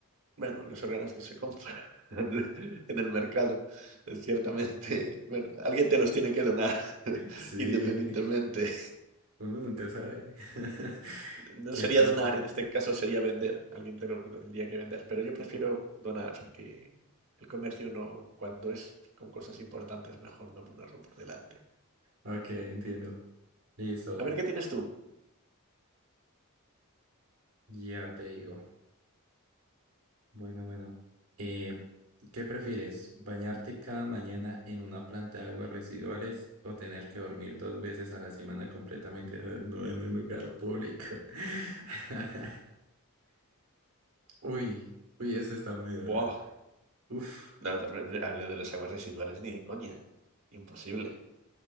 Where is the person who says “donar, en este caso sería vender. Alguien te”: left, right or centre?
Right